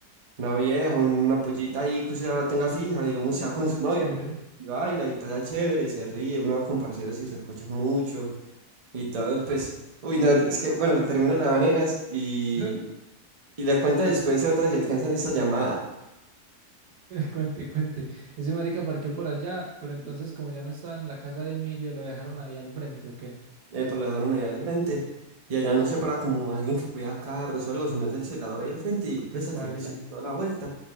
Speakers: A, on the right; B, on the right.
A: una vieja, una pollita ahí que usted ya la tenga fija, digamos,
B: Iba
A: sea
B: a
A: con
B: pasar
A: su novia.
B: chévere.
A: Y baila y pasa chévere, se ríe, uno va con parceros y recocha mucho. Y todo, pues, uy, no, es que, bueno, termino la de Vanegas y,
B: <laughs>
A: y la cuento después si otra si alcanzan esta llamada.
B: Cuente, cuente. Ese marica parqueó por allá, pero entonces, como ya no estaba en la casa de Emilio, lo dejaron ahí al frente, ¿o qué?
A: Eh, pues lo dejaron allá al frente. Y allá no se para como alguien que cuida carros o algo, si no es el celador ahí al frente y él presta
B: Sí, paila.
A: atención toda la vuelta.